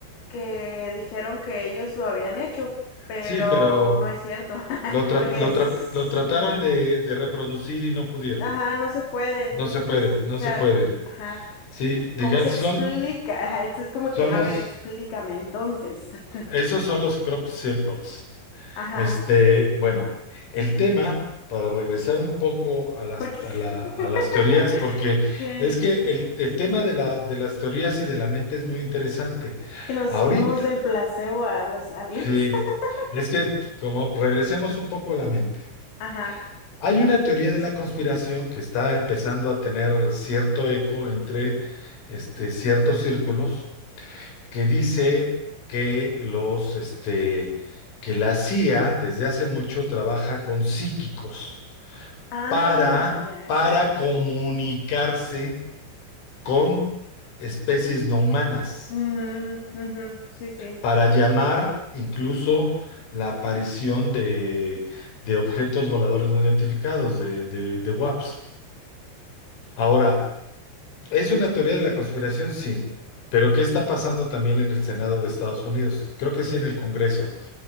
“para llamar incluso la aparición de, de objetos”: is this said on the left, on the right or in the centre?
Left